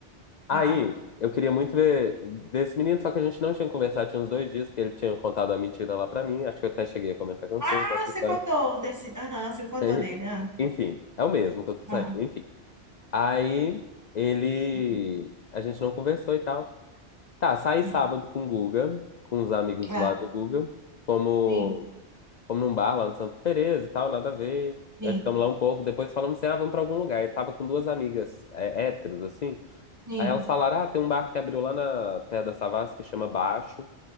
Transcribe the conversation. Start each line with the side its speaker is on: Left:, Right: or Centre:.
Left: Aí,
Right: vai.
Left: eu queria muito ver, ver esse menino, só que a gente não tinha conversado, tinha uns dois dias, porque ele tinha contado a mentira lá pra mim. Acho que eu até cheguei a comentar com
Right: Ah,
Left: você essa
Right: você
Left: história.
Right: contou desse. Aham, você me contou
Left: <laughs>
Right: dele. Ah,
Left: Enfim, é o mesmo que eu tô saindo,
Right: ah,
Left: enfim. Aí, ele.
Right: hum.
Left: A gente não conversou e tal. Tá, saí
Right: hum.
Left: sábado com o Guga, com os amigos
Right: Ah,
Left: lá do Guga. Fomos,
Right: sim,
Left: fomos num bar lá no Santa Teresa e tal, nada a ver.
Right: sim,
Left: Aí ficamos lá um pouco, depois falamos assim, ah, vamos pra algum lugar. Eu tava com duas amigas é, héteros, assim.
Right: sim.
Left: Aí elas falaram, ah, tem um bar que abriu lá na Pedra da Savassi que chama Baixo. O